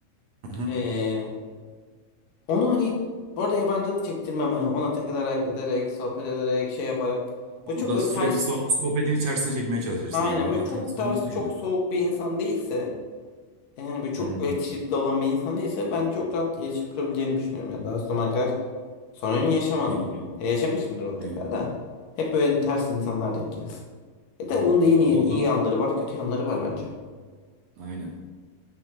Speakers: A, on the right; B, on the left.
A: Hı-hı.
B: Ee, onu hani orada yabancılık çektirmem. Hani ona takılarak, ederek, sohbet ederek, şey yaparak.
A: Onu
B: Böyle çok
A: da
B: böyle
A: sürekli
B: ters.
A: so- sohbetin içerisine çekmeye çalışırsın
B: Aynen
A: yani. Ona
B: böyle çok
A: ters
B: ters,
A: olmak değil
B: çok
A: ya.
B: soğuk bir insan değilse. Yani böyle çok
A: Hmm.
B: böyle tripli olan bir insan değilse ben çok rahat iletişim kurabileceğimi düşünüyorum. Ya daha sonra Sorun yaşamadım.
A: Biliyorum.
B: E, yaşamışımdır mutlaka
A: Biliyorum.
B: da. Hep böyle ters insanlar denk gelir. E de
A: hı.
B: bunun da iyi,
A: Ya
B: niyet,
A: o
B: iyi
A: da
B: yanları var, kötü yanları var bence.
A: aynen.